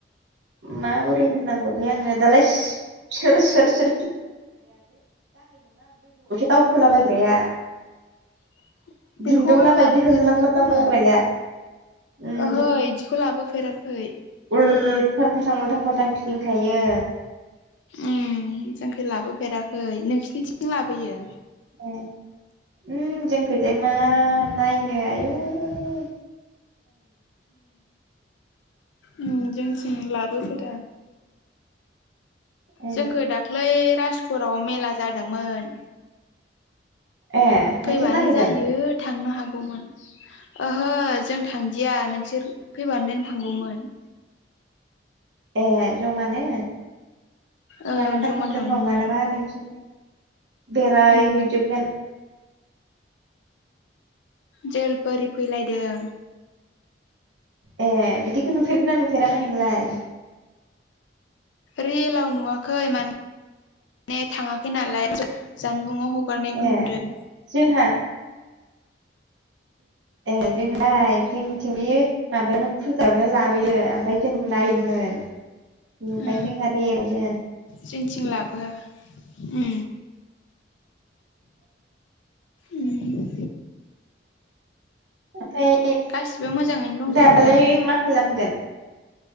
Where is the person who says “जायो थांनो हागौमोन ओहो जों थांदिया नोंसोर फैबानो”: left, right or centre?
Left